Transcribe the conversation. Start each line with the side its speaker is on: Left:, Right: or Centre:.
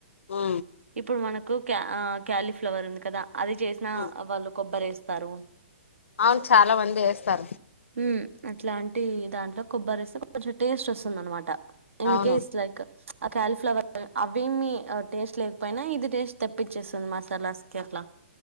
Left: ఉ
Right: ఇప్పుడు మనకు క్యా ఆ క్యాలీఫ్లవర్ ఉంది కదా అది చేసినా
Left: ఉమ్
Right: వాళ్ళు కొబ్బరి వేస్తారు
Left: అవును చాలా మంది వేస్తారు
Right: ఉహ్ అట్లాంటి దాంట్లో కొబ్బరి ఏస్తే కొంచెం టేస్ట్ వస్తుంది అన్నమాట ఇన్
Left: అవును
Right: కేస్ లైక్ ప్చ్ ఆ క్యాలీఫ్లవర్ అవేమి టేస్ట్ లేకపోయినా ఇది టేస్ట్ తెప్పి చేస్తుంది మసాలాస్ కి అట్లా